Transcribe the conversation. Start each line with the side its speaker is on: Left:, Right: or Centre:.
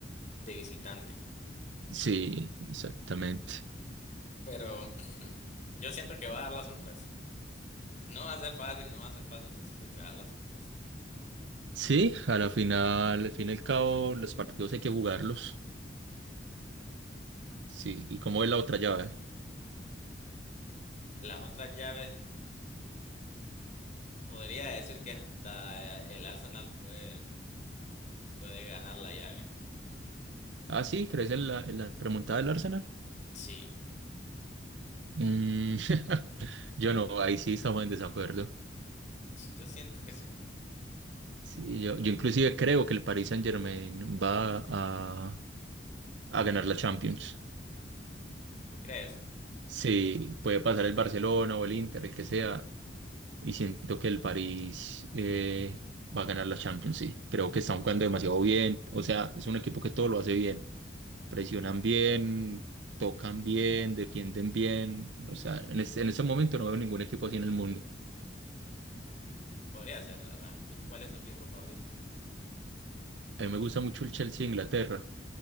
Left: de visitante,
Right: Sí, exactamente.
Left: pero <clears throat> yo siento que va a dar la sorpresa. No va a ser fácil, no va a ser fácil, pero siento que va a dar la sorpresa.
Right: Sí, a la final, al fin y al cabo, los partidos hay que jugarlos. Sí, ¿y cómo es la otra llave?
Left: Las otras llaves, podría decir que hasta el Arsenal puede, puede ganar la llave.
Right: Ah, sí, ¿crees en la, en la remontada del Arsenal?
Left: Sí,
Right: Mm, <laughs> yo no, ahí sí estamos en desacuerdo.
Left: yo siento que sí.
Right: Sí, yo, yo inclusive creo que el Paris Saint-Germain va a, a ganar la Champions.
Left: ¿Tú crees?
Right: Sí, puede pasar el Barcelona o el Inter, el que sea, y siento que el París eh, va a ganar la Champions, sí. Creo que están jugando demasiado bien, o sea, es un equipo que todo lo hace bien. presionan bien, tocan bien, defienden bien. O sea, en ese, en ese momento no veo ningún equipo así en el mundo.
Left: Podría ser, la verdad. ¿Cuál es tu equipo favorito?
Right: A mí me gusta mucho el Chelsea de Inglaterra.